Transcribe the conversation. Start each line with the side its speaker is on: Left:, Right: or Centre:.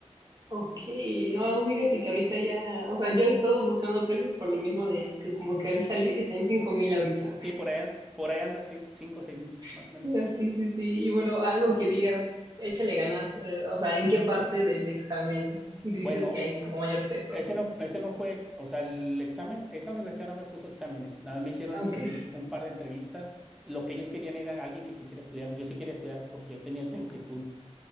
Right: Ok, no, fíjate que ahorita ya, o sea, yo he estado buscando precios por lo mismo de que como querer salir y está en 5 mil ahorita.
Centre: Sí, por ahí, por ahí anda, sí, cinco o seis mil más
Right: <laughs>
Centre: o menos.
Right: Ah, Sí, sí, sí. Y bueno, algo que digas, échale ganas, eh, o sea, ¿en qué parte del examen dices
Centre: Bueno,
Right: que hay como mayor peso?
Centre: Ese no, ese no fue, ex- o sea, el examen, esa universidad no me puso exámenes, nada más me hicieron
Right: Aunque,
Centre: entrevist- un par de entrevistas. Lo que ellos querían era alguien que quisiera estudiar. Yo sí quería estudiar porque yo tenía esa
Right: ok,
Centre: inquietud.